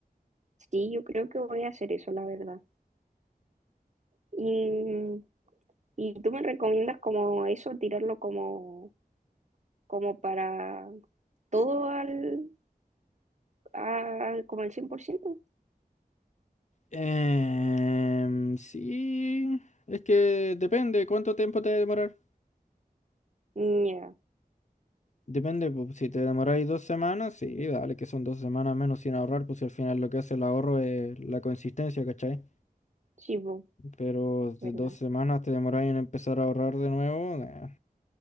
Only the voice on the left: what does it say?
Em, sí, es que depende cuánto tiempo te va a demorar.
Depende, pues, si te demoráis dos semanas, sí, dale, que son dos semanas menos sin ahorrar, pues si al final lo que hace el ahorro es la consistencia, ¿cachai?
Pero
de dos semanas te demoráis en empezar a ahorrar de nuevo, nah,